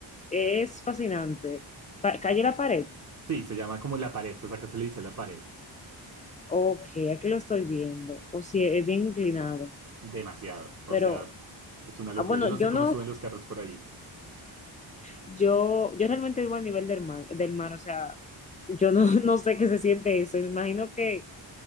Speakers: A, on the left (about 15°); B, on the right (about 35°).
A: es fascinante. Pa- calle la pared.
B: Sí, se llama como La Pared, pues acá se le dice La Pared.
A: Ok, aquí lo estoy viendo. O si es bien inclinado.
B: Demasiado. O
A: Pero,
B: sea, es una locura.
A: ah, bueno,
B: Yo no sé
A: yo
B: cómo
A: no
B: suben los carros por ahí.
A: Yo, yo realmente vivo a nivel del mar, del mar, o sea, yo no, <laughs> no sé qué se siente eso. Y me imagino que